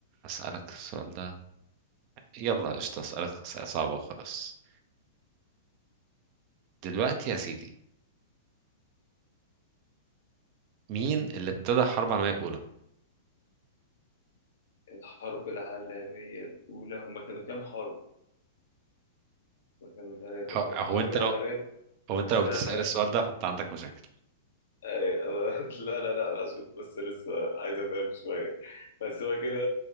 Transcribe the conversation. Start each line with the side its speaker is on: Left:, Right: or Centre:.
Right: أسألك السؤال ده يلا قشطة أسألك أسئلة صعبة وخلاص دلوقتي يا سيدي مين اللي ابتدى الحرب العالمية الأولى؟
Left: الحرب العالميه الاولى هما كانوا كام حرب؟ هما كانوا ثلاثه
Right: هو هو
Left: الحرب
Right: أنت
Left: العالميه
Right: لو هو أنت
Left: استنى
Right: لو بتسأل السؤال ده فأنت عندك مشاكل
Left: أي أنا <laughs> لا لا لا أنا عشان بس لسه عايز أتعب شوية بس هو كده